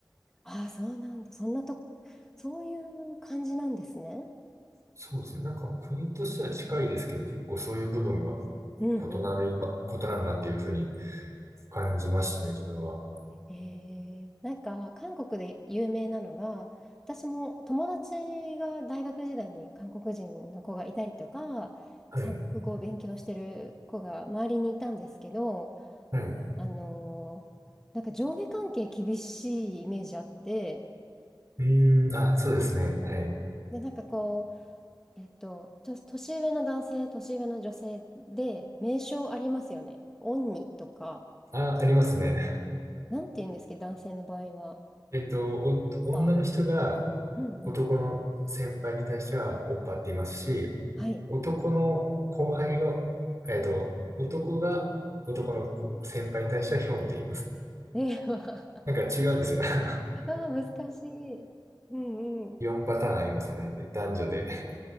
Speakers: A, in the centre; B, on the right.
A: ああ、そうなんだ。そんなと、そういう感じなんですね。
B: そうですね。なんか国としては近いですけど、結構そういう部分が
A: うんう
B: 異なる、ま異なるなっていうふうに感じましたね、自分は。
A: ん。えー、なんか、韓国で有名なのが、私も友達が大学時代に韓国人の子がいたりとか、
B: はい。
A: 韓国語を勉強してる子が周りにいたんですけど、
B: はい。う
A: あのーなんか上下関係厳しいイメージあって、
B: ーん、あ、そうですね。はい。
A: で、なんかこう、えっと、と、年上の男性、年上の女性で、名称ありますよね。オンニとか、
B: あ、ありますね。
A: なんて言うんですけど、男性の場合は。
B: えっと、お、女の人が
A: あ、うんうん。
B: 男の先輩に対してはオッパって言いますし、
A: はい。
B: 男の後輩が、えっと、男が男の子先輩に対してはヒョンって言います。
A: えー、<laughs> わ
B: なんか違うんですよ。あの、
A: あ、難しい。うんうん。
B: 4パターンありますね。なんで、男女で。